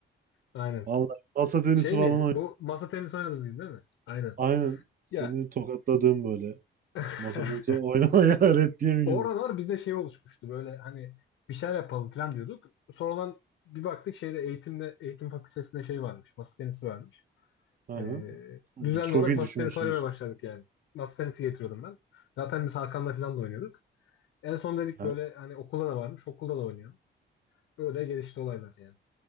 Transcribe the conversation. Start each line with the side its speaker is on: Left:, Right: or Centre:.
Left: Aynen.
Right: Vallahi masa tenisi
Left: Şey
Right: falan
Left: miydi? Bu masa tenisi oynadınız değil mi? Aynen.
Right: Aynen seni
Left: Ya
Right: tokatladığım böyle.
Left: <laughs>
Right: Masadan sonra oynamaya <laughs> öğret diye mi
Left: o aralar bizde şey oluşmuştu böyle hani bir şeyler yapalım falan diyorduk. Sonradan bir baktık şeyde eğitimde eğitim fakültesinde şey varmış. Masa tenisi varmış.
Right: Aynen.
Left: Ee, düzenli
Right: Çok
Left: olarak
Right: iyi
Left: masa
Right: düşünmüşsünüz.
Left: tenisi oynamaya başladık yani. Masa tenisi getiriyordum ben. Zaten biz Hakan'la falan da oynuyorduk. En son dedik
Right: Yani
Left: böyle hani okulda da varmış okulda da oynayalım. Öyle gelişti olaylar yani.